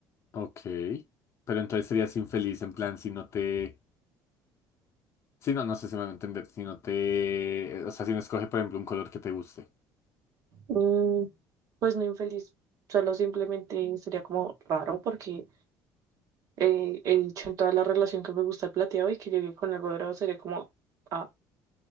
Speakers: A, on the left; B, on the right.
A: Ok. Pero entonces serías infeliz en plan si no te... Si no, no sé si me voy a entender. Si no te... O sea, si no escoge, por ejemplo, un color que te guste.
B: Mm, pues no infeliz, solo simplemente sería como raro porque eh, he dicho en toda la relación que me gusta el plateado y que llegué con algo dorado sería como, ah,